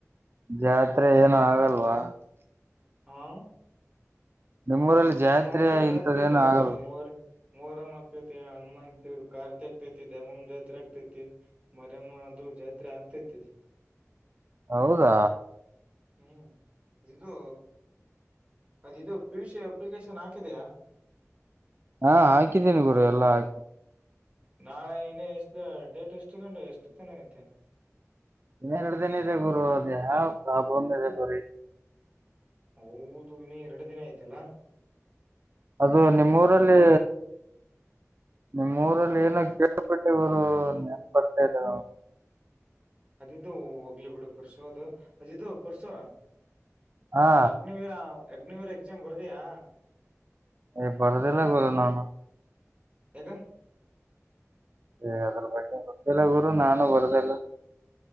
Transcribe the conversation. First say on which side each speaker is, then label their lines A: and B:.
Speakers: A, on the right (about 45°); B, on the right (about 25°).
A: ಜಾತ್ರೆ ಏನು ಆಗಲ್ಲ ಅಯಾ <unintelligible>
B: ಹಾ
A: ನಿಮ್ಮೂರಲ್ಲಿ ಜಾತ್ರೆ
B: ಏ ಆಗ್ತೈತ್
A: ಇಂಥದ್ದೇನು
B: ಆಗ್ತೈತ್ ಆಾಗ್ತ
A: ಆಗಲ್
B: ಮೊಹರಂ ಮೋಹರಮ್ ಆಗ್ತೈತಿ ಹನುಮಾನ್ ದೇವ್ರ್ ಕಾರ್ತಿಕೆ ಆಗ್ತೈತಿ ದಾಮಮ್ ಜಾತ್ರೆ ಆಗ್ತೈತಿ ಮರಮ ಅದು ಜಾತ್ರೆ ಆಗ್ತೈತಿ
A: ಹೌದಾ
B: ಹ್ಮ್ ಇದು ಅದಿದು ಪಿಯುಸಿ ಅಪ್ಲಿಕೇಶನ್ ಹಾಕಿದೆಯಾ
A: ಹಾ ಹಾಕಿದ್ದೀನಿ ಗುರು ಎಲ್ಲಾ ಹಾಕಿ
B: ನಾಳೆ ಇನ್ನ ಎಷ್ಟ ಡೇಟ್ ಎಷ್ಟು ಗಂಟ ಎಷ್ಟು ತನ ಐತೆ
A: ಇನ್ನ ಎರಡು ದಿನ ಇದೆ ಗುರು ಅದ ಯಾವ ಪ್ರಾಬ್ಲಮ್ ಇದೆ ಗುರು
B: ಹೌದು ಇನ್ನ ಎರಡು ದಿನ ಆಯ್ತಿಲ್ಲಾ
A: ಅದು ನಿಮ್ಮೂರಲ್ಲಿ ನಿಮ್ಮೂರಲ್ಲಿ ಏನ ಕೆ ಕೆಲ್ಪ್ ಟ್ಟೆ ಗುರು ನೆನ್ಪ್ ಬರ್ತಯಿಲ್ಲ
B: ಅದಿದು ಹೋಗ್ಲಿ ಬಿಡು ಪರ್ಸೋ ಅದಿದು ಪರ್ಸುವ
A: ಹಾ
B: ಅಗ್ನಿವೀರ ಅಗ್ನಿವೀರ ಎಕ್ಸಾಮ್ ಬರದಯಾ
A: ಹೆ ಬರ್ದಿಲ್ಲ ಗುರು ನಾನು
B: ಯಾಕ
A: ಏ ಅದ್ರ ಬಗ್ಗೆ ಗೊತ್ತಿಲ್ಲ ಗುರು ನಾನು ಬರದಿಲ್ಲ